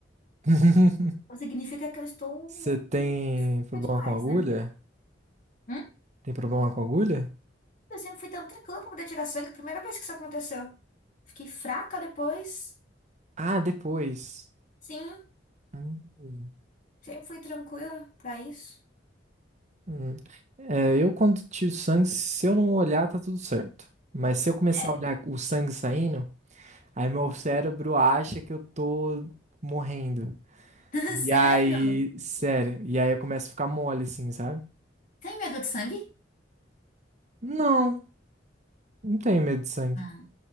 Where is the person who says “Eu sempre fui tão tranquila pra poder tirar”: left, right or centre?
Left